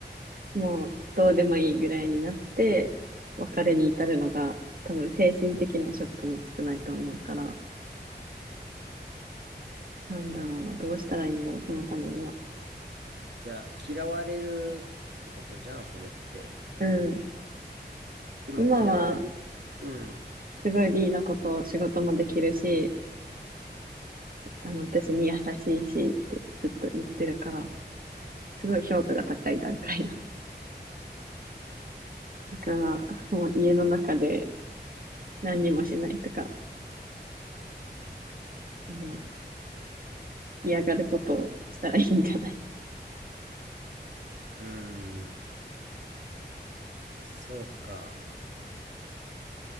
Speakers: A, on the right; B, on the right.
A: もうどうでもいいぐらいになって、別れに至るのが、多分精神的なショックも少ないと思うから、なんだろうな、どうしたらいいんだろう、そのためには。
B: じゃあ、嫌われるってことじゃん、それって。
A: うん。
B: でも嫌われる、
A: 今は、
B: うん、
A: すごい B のこと、仕事もできるし、あの、私に優しいしってずっと言ってるから、すごい評価が高い段階だ。<laughs> だから、もう家の中で何にもしないとか、もう嫌がることをしたらいいんじゃない
B: うん。そうか。